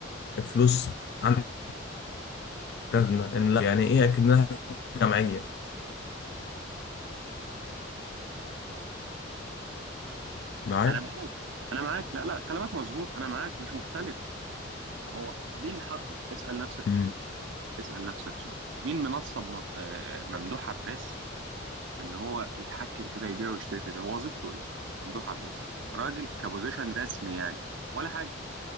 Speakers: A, on the left; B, on the right.
A: الفلوس عندك أكدنا إن لا يعني إيه أكدناها جمعية معايا
B: انا معاك انا معاك لا لا كلامك مظبوط انا معاك مش مختلف ما هو مين حط اسال نفسك
A: امم
B: سؤال اسأل نفسك سؤال مين منصب م- آه، آه، ممدوح عباس ان هو يتحكم كده يبيع ويشتري في ده هو وظيفته ايه ممدوح عباس راجل كبوزيشن رسمي يعني ولا حاجة